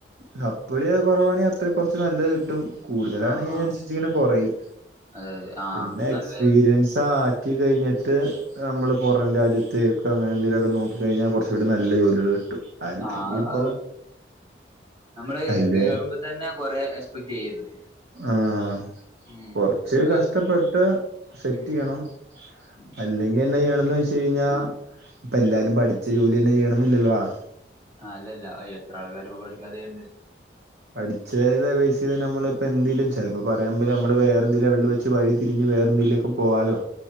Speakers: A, on the right; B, on the right.
A: സപ്പളി കുറവാണെങ്കില് അത്ര കുറച്ച് നല്ലത് കിട്ടും കൂടുതലാണെങ്കി
B: ആഹ്
A: അതിനനുസരിച്ച്
B: ആഹ്
A: ഇങ്ങനെ കുറയും
B: അതെ അതെ ആഹ്
A: പിന്നെ
B: നല്ല
A: എക്സ്പീരിയൻസ് ആറ്റികയ്ഞ്ഞിട്ട് നമ്മള് പൊറം രാജ്യത്ത് ക്കഅങ്ങനന്തങ്കിലൊക്ക നോക്കി കഴിഞ്ഞാ കൊർച്ചൂടെ നല്ല ജോല്യാള് കിട്ടും അല്ലെങ്കിൽ
B: ആഹ്
A: ഇപ്പൊ
B: അത് കിട്ടും നമ്മള്
A: അല്ലേ
B: കേറുമ്പ തന്നെ കൊറെ എക്സ്പെക്ട് ചെയ്യരുത്
A: ആഹ്
B: ഉം
A: കൊർച്ച്
B: ആഹ്
A: കഷ്ടപ്പെട്ട് സെറ്റിയ്യണം
B: ഉം ഉം
A: അല്ലെ എങ്കന്നെ ചെയ്യണംന്ന് വെച്ച് കഴിഞ്ഞാ ഇപ്പ എല്ലാരും
B: ഉം
A: പഠിച്ച ജോലി തന്നെ ചെയ്യണമിന്നില്ലല്ലോ ആഹ്
B: ആ അല്ലല്ല എത്ര ആൾക്കാര്പ്പൊ പഠിക്കാതെയ്യ്ണ്ട്
A: പഠിച്ചേതാ പെയ്സി നമ്മളിപ്പന്തെലും ചെൽപ്പോ പറയാൻ പ നമ്മള് വേറെന്തേലും ലവൽല്ല് വെച്ച് വഴിതിരിഞ്ഞ് വേറെന്തീലൊക്കെ പോവാലോ